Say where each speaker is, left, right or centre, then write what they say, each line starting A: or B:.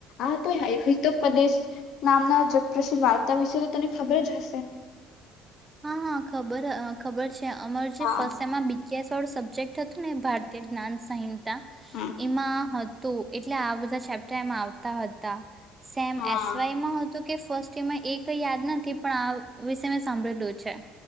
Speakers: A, on the left; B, on the right.
A: આ હતો હિતોપદેશ નામના જગપ્રસિદ્ધ વાર્તા વિશે તો તને ખબર જ હશે.
B: હા હા ખબર અ ખબર. છે અમારે જે
A: હા
B: ફર્સ્ટ સેમ માં બી જા સવાળું સબ્જેક્ટ હતું ને ભારતીય જ્ઞાન સાયન. તા
A: હમ
B: એમાં હ તો એટલે બધા ચેપ્ટર એમાં આવતા હતા. સેમ
A: હા
B: એસ વાય માં હતું. કે ફર્સ્ટ ટે માં એ કઈ યાદ નથી પણ આ વિષ મેં સાંભળેલું. છે.